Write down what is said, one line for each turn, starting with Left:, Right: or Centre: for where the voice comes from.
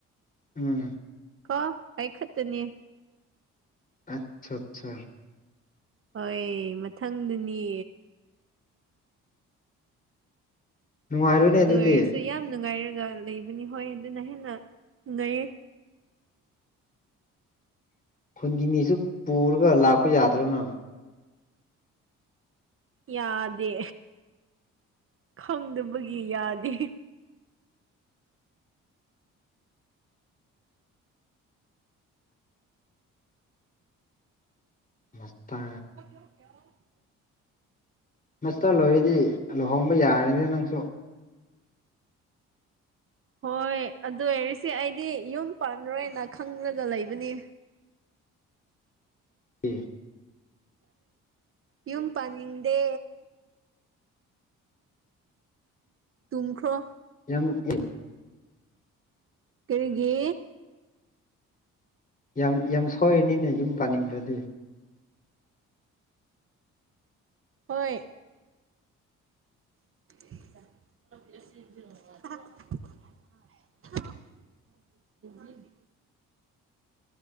Left: ꯎꯝ
Right: ꯀꯣ ꯑꯩ ꯈꯛꯇꯅꯤ
Left: ꯑꯠꯁꯥ ꯆꯥ
Right: ꯍꯣꯏ ꯃꯊꯪꯗꯅꯤ
Left: ꯅꯨꯡꯉꯥꯏꯔꯣꯏꯅꯦ
Right: ꯑꯗꯨ
Left: ꯑꯗꯨꯗꯤ
Right: ꯑꯣꯏꯔꯁꯨ ꯌꯥꯝ ꯅꯨꯡꯉꯥꯏꯔꯒ ꯂꯩꯕꯅꯤ ꯍꯣꯏ ꯑꯗꯨꯅ ꯍꯦꯟꯅ ꯅꯨꯡꯉꯥꯏꯌꯦ
Left: ꯈꯨꯟꯒꯤ ꯃꯤꯁꯨ ꯄꯨꯔꯒ ꯂꯥꯛꯄ ꯌꯥꯗ꯭ꯔꯣ ꯅꯪ
Right: ꯌꯥꯗꯦ ꯈꯪꯗꯕꯒꯤ ꯌꯥꯗꯦ
Left: ꯃꯁꯇ
Right: <unintelligible>
Left: ꯃꯁꯇꯔ ꯂꯣꯏꯔꯗꯤ ꯂꯨꯍꯣꯡꯕ ꯌꯥꯔꯅꯤꯗ ꯅꯪꯁꯨ
Right: ꯍꯣꯏ ꯑꯗꯨꯑꯣꯢꯔꯤꯁꯤ ꯑꯩꯗꯤ ꯌꯨꯝ ꯄꯥꯟꯂꯣꯏꯅ ꯈꯪꯂꯒ ꯂꯩꯕꯅꯤ
Left: ꯑꯦ
Right: ꯌꯨꯝ ꯄꯥꯅꯤꯡꯗꯦ ꯇꯨꯝꯈ꯭ꯔꯣ
Left: ꯌꯥꯝ ꯑꯦ
Right: ꯀꯔꯤꯒꯤ
Left: ꯌꯥꯝ ꯌꯥꯝ ꯁꯣꯏꯔꯅꯤꯅꯦ ꯌꯨꯝ ꯄꯥꯅꯤꯡꯗ꯭ꯔꯗꯤ
Right: ꯍꯣꯏ <unintelligible> <unintelligible>